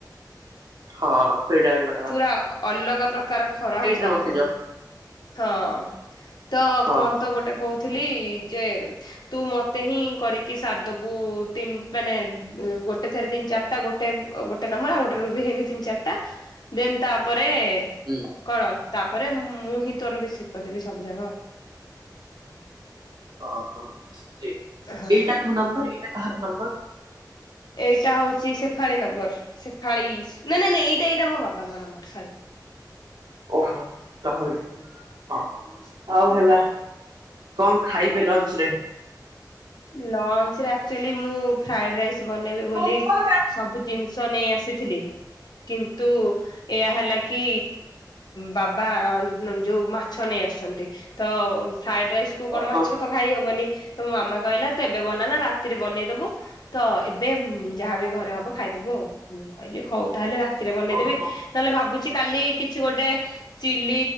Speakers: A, on the right; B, on the left.
A: ହଁ ସେଇଟା ବି କ
B: ପୁରା ଅଲଗା ପ୍ରକାର ଖରା ହଉଛି
A: ରେ
B: ବାଲ୍କୁନିରେ।
A: ବସିଯାଅ।
B: ହଁ ତ
A: ହଁ
B: କଣ ତ ଗୋଟେ କହୁଥିଲି ଯେ ତୁ ମତେ ହିଁ କରିକି ସାରିଦବୁ ତିନି ମାନେ ଗୋଟେ ଥରେ ତିନି ଚା ଗୋଟେ ଗୋଟେ ନମ୍ବର ଆଉ ଗୋଟେ ରୁ ବି ହେନ୍ତି ତିନି ଚାରିଟା ଦେନ୍ ତାପରେ
A: ହୁଁ।
B: କଣ ତାପରେ ମୁଁ ହିଁ ତୋର ରିସିଭ୍ କରିଦେବି ସବୁ ଜାଗ।
A: ଓହ ଏଇ
B: ହଁ
A: ଏଇଟା କୋଉ ନମ୍ବର ଏଇଟା କାହାର ନମ୍ବର?
B: ଏଇଟା ହଉଛି ସେଫାଳି ନମ୍ବର। ସେଫାଳି ନାଇଁ ନାଇଁ ନାଇଁ ଏଇଟା ଏଇଟା ମୋ ବାବାଙ୍କ ନମ୍ବର ସରି।
A: ଓହ ତାହଲେ ହଁ।
B: ହ
A: ହଉ ହେଲା କଣ ଖାଇବେ ଲଞ୍ଚ ରେ?
B: ଲଞ୍ଚ ରେ ଆକ୍ଚୁଆଲି ମୁଁ ଫ୍ରାଇଡ ରାଇସ୍ ବନେଇବି
A: ହଁ
B: ବୋଲି
A: ହଁ
B: ସବୁ ଜିନିଷ ନେଇ ଆସିଥିଲି। କିନ୍ତୁ ଏଇଆ ହେଲା କି ବାବା ଯୋଉ ମାଛ ନେଇ ଆସିଛନ୍ତି ତ ଫ୍ରାଏଡ ରାଇସ୍ ତୁ
A: ଓହୋ
B: କଣ ମାଛ ତ ଖାଇହବନି ତ ମୋ ମାମା କହିଲା ତୁ ଏବେ ବନାନା ରାତିରେ ବନେଇଦବୁ ତ ଏବେ ଯାହାବି ଘରେ ହବ ଖାଇଦବୁ ଆଉ ମୁଁ କହିଲି ହଉ ତାହେଲେ ରାତିରେ ବନେଇଦେବି।
A: ଓହୋ
B: ତାହେଲେ ଭାବୁଛି କାଲି କିଛି ଗୋଟେ ଚିଲ